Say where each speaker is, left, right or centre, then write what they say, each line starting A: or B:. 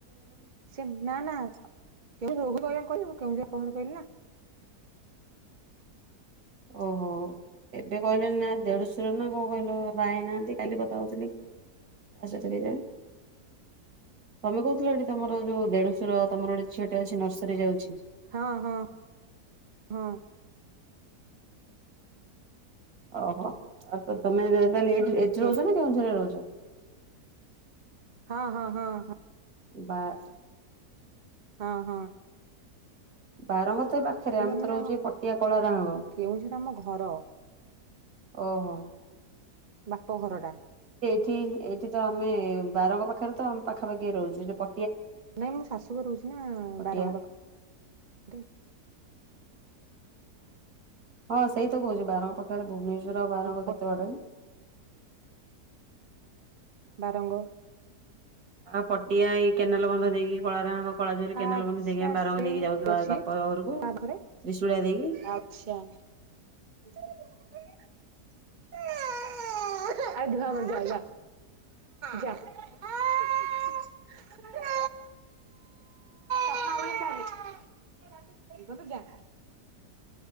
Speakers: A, on the right; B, on the right.
A: ସେ ନା ନା କେଉଁ <unintelligible> କେଉଁଝର ଆମର କହିଲି ନା ।
B: ଓହୋ ଏବେ କହିଲନି ନା ଦେଢଶୁର ନା କଣ କହିଲ ବାହା ହେଇ ନାହାଁନ୍ତି । କାଲି କଥା ହଉଥିଲି କା ସହିତ କେ ଜାଣି? ତମେ କହୁଥିଲ ଏଠି ତମର ଯୋଉ ଦେଢଶୁର ତମର ଗୋଟେ ଝିଅ ଟେ ଅଛି ନର୍ସରୀ ଯାଉଛି ।
A: ହଁ ହଁ ହଁ ।
B: ଓହୋ ଆଉ ତ ତମେ ତାହାଲେ ଏ ଏଠି
A: କେ
B: ରହୁଛ
A: ମାନେ
B: ନା କେଉଁଝରେ ରହୁଛ?
A: ହଁ ହଁ ହଁ ହଁ ।
B: ବା ।
A: ହଁ ହଁ ।
B: ବାରଙ୍ଗ ତ ପାଖରେ ଆମେ
A: ମାନେ
B: ତ ରହୁଛୁ
A: ଆମ
B: ପଟିଆ କଳାଗାହାଙ୍ଗ ।
A: କେଉଁଝର ଆମ ଘର
B: ଓହୋ -
A: ବାପ ଘରଟା ।
B: ଏଠି ଏଇଠି ତ ଆମେ ବାରଙ୍ଗ ପାଖରେ ତ ଆମେ ପାଖାପାଖି ରହୁଛୁ । ଏ ପ
A: ନାଇଁ ମୁଁ ଶାଶୁଘରେ ରହୁଛି ନା,
B: ପଟିଆ
A: ବାରଙ୍ଗ ପାଖ ରେ ।
B: ହଁ ସେଇ ତ କହୁଛି, ବାରଙ୍ଗ ପାଖରେ ଭୁବନେଶ୍ୱ ର ବାରଙ୍ଗ
A: ପଟିଆ
B: କେତେ ବାଟ କି?
A: ବାରଙ୍ଗ ।
B: ଆଉ ପଟିଆ ଏଇ କେନାଲ ବନ୍ଧ ଦେଇକି କଳାରାହାଙ୍ଗ କଳାଝରି
A: ଆଚ୍ଛା
B: କେନାଲ ବନ୍ଧ ଦେଇକି, ଆମେ ବାରଙ୍ଗ
A: ସେଇଠି
B: ଦେଇକି ଯାଉଛୁବା
A: ଅଛି
B: ବାପ ଘରକୁ
A: ତା ପାଖରେ।
B: ତ୍ରିଶୁଳିଆ ଦେଇକି ।
A: ଆଚ୍ଛା। <inaudible> ଆ ଧୁଆ ମ ଯା ଯା ଯା ଚାଲେ କଥାହବା ଚାଲେ। ଇଏ କରୁତୁ ଯା।